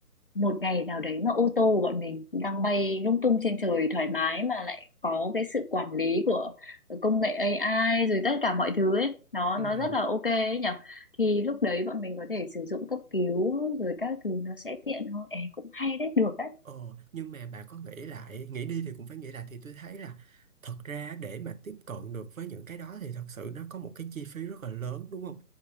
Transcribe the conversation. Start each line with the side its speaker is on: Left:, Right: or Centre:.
Left: một ngày nào đấy mà ô tô của bọn mình đang bay lung tung trên trời thoải mái mà lại có cái sự quản lý của công nghệ AI rồi tất cả mọi thứ ấy nó
Right: ừ
Left: nó rất là ok ấy nhở thì lúc đấy bọn mình có thể sử dụng cấp cứu rồi các thứ nó sẽ tiện hơn ê cũng hay đấy được đấy
Right: ờ nhưng mà bà có nghĩ lại nghĩ đi thì cũng phải nghĩ lại thì tôi thấy là thật ra để mà tiếp cận được với những cái đó thì thật sự nó có một cái chi phí rất là lớn đúng không